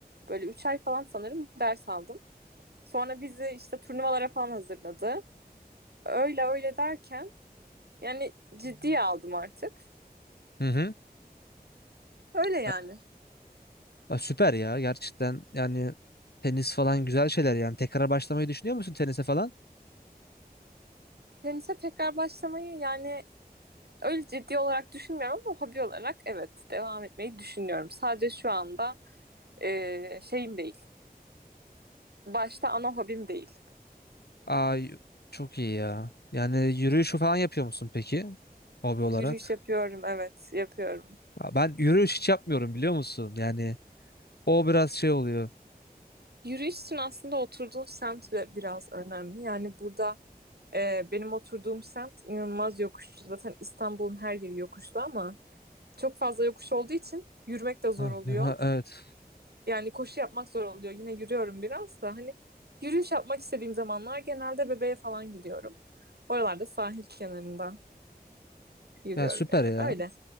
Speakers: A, on the right; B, on the left.
A: böyle 3 ay falan sanırım ders aldım. Sonra bizi işte turnuvalara falan hazırladı. Öyle öyle derken yani ciddiye aldım artık.
B: Hı hı.
A: Öyle yani.
B: Ha- ha, süper ya gerçekten yani tenis falan güzel şeyler yani. Tekrar başlamayı düşünüyor musun tenise falan?
A: Tenise tekrar başlamayı yani Öyle ciddi olarak düşünmüyorum ama hobi olarak evet devam etmeyi düşünüyorum. Sadece şu anda eee, şeyim değil. Başta ana hobim değil.
B: Ay çok iyi ya. Yani yürüyüş falan yapıyor musun peki hobi olarak?
A: Yürüyüş yapıyorum evet yapıyorum.
B: Ya Ben yürüyüş hiç yapmıyorum biliyor musun? Yani o biraz şey oluyor.
A: Yürüyüş için aslında oturduğun semt de biraz önemli. Yani burada eee, benim oturduğum semt inanılmaz yokuşlu. Zaten İstanbul'un her yeri yokuşlu ama çok fazla yokuş olduğu için yürümek de zor
B: <laughs>
A: oluyor.
B: Evet.
A: yani koşu yapmak zor oluyor. Yine yürüyorum biraz da hani yürüyüş yapmak istediğim zamanlar genelde bebeğe falan gidiyorum. Oralarda sahil kenarında yürüyorum
B: Ya süper
A: yani.
B: ya.
A: Öyle.